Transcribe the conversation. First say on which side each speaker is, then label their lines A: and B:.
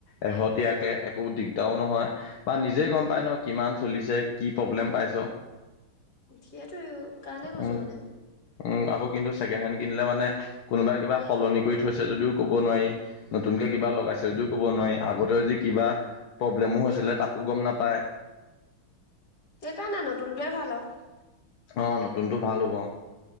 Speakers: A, on the left; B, on the left.
A: এশহতীয়াকে একো দিগদাৰো নহয়। বা নিজেই গম পাই ন, কিমান চলিছে কি প্ৰব্লেম পাইছ।
B: সেইটো কাৰণেই কৈছোঁ
A: উম
B: মানে।
A: উম' আকৌ কিন্তু ছেকেণ্ড হেণ্ড কিনিলে মানে কোনোবাই কিবা সলনি কৰি থৈছে যদিও কব নোৱাৰি। নতুনকে কিবা লগাইছে যদিও কব নোৱাৰি, আগতে যদি কিবা প্ৰব্লেমো হৈছিলে তাকো গম নাপায়।
B: সেইকাৰণে নতুনটোৱে ভাল আৰু
A: অ' নতুনতটো ভাল হব।